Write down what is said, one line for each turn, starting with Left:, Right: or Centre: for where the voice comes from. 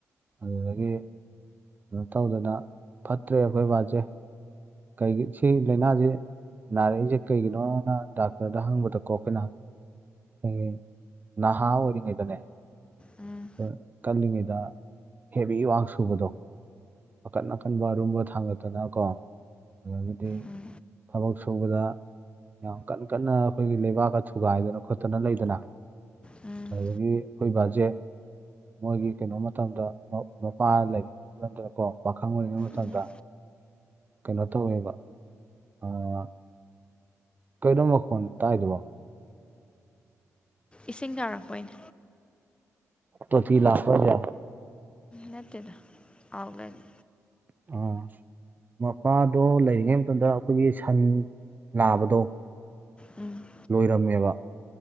Right: ꯑꯗꯨꯗꯒꯤ ꯀꯩꯅꯣ ꯇꯧꯗꯅ ꯐꯠꯇ꯭ꯔꯦ ꯑꯩꯈꯣꯏꯕꯥꯁꯦ ꯀꯩꯒꯤ ꯁꯤ ꯂꯥꯏꯅꯥꯁꯦ ꯅꯥꯔꯛꯏꯁꯦ ꯀꯩꯒꯤꯅꯣꯅ ꯗꯥꯛꯇꯔꯗ ꯍꯪꯕꯗꯀꯣ ꯑꯩꯈꯣꯏꯅ ꯑꯩꯈꯣꯏꯒꯤ ꯅꯍꯥ ꯑꯣꯏꯔꯤꯉꯩꯗꯅꯦ
Left: ꯑꯥ
Right: ꯍꯣꯏ ꯀꯜꯂꯤꯉꯩꯗ ꯍꯦꯚ ꯋꯥ ꯁꯨꯕꯗꯣ ꯑꯀꯟ ꯑꯀꯟꯕ ꯑꯔꯨꯝꯕ ꯊꯥꯡꯒꯠꯇꯅꯀꯣ ꯑꯗꯒꯤꯗꯤ
Left: ꯎꯝ ꯎꯝ ꯎꯝ
Right: ꯊꯕꯛ ꯁꯨꯕꯗ ꯌꯥꯝ ꯀꯟꯅ ꯀꯟꯅ ꯑꯩꯈꯣꯏꯒꯤ ꯂꯩꯕꯥꯛꯀ ꯊꯨꯒꯥꯏꯗꯅ ꯈꯣꯠꯇꯅ ꯂꯩꯗꯅ
Left: ꯑꯝ
Right: ꯑꯗꯒꯤ ꯑꯩꯈꯣꯏ ꯕꯥꯁꯤ ꯃꯣꯏꯒꯤ ꯀꯩꯅꯣ ꯃꯇꯝꯗꯥ ꯃꯄꯥ ꯂꯩꯔꯤꯉꯩ ꯃꯇꯝꯗ ꯀꯣ ꯄꯥꯈꯪ ꯑꯣꯏꯔꯤꯉꯩ ꯃꯇꯝꯗꯥ
Left: ꯎꯝ
Right: ꯀꯩꯅꯣ ꯇꯧꯋꯦꯕꯥ ꯑꯥ ꯀꯩꯅꯣ ꯃꯈꯣꯟ ꯇꯥꯔꯤꯗꯨꯕꯣ
Left: ꯏꯁꯤꯡ ꯌꯥꯔꯛꯄꯩꯅꯤ
Right: ꯇꯣꯇꯤ ꯂꯥꯛꯄ꯭ꯔꯕ
Left: ꯅꯠꯇꯦꯗꯥ ꯑꯥꯏꯂꯦꯠ ꯅꯤ
Right: ꯑꯣ ꯃꯄꯥꯗꯣ ꯂꯩꯔꯤꯉꯩ ꯃꯇꯝꯗ ꯑꯩꯈꯣꯏꯒꯤ ꯁꯟ ꯂꯥꯕꯗꯣ
Left: ꯎꯝ
Right: ꯂꯣꯏꯔꯝ ꯃꯦꯕꯥ